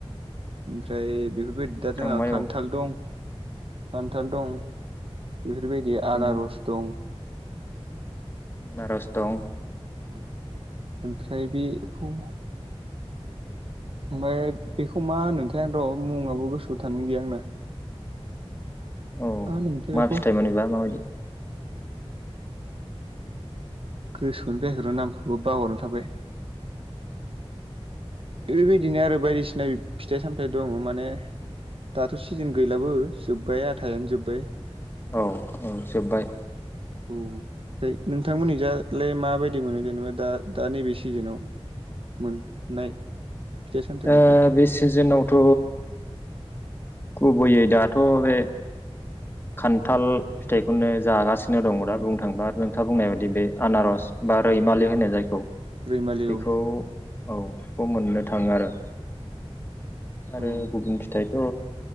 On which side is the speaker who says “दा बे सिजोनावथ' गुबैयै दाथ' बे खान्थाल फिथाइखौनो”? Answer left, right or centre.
Left